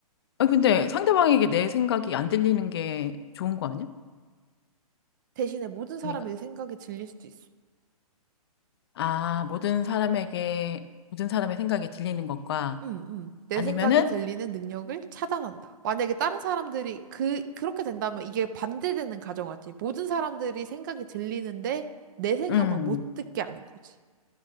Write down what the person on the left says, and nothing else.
아니, 근데 상대방에게 내 생각이 안 들리는 게 좋은 거 아니야?
아닌가?
아, 모든 사람에게, 모든 사람의 생각이 들리는 것과
아니면은,
음,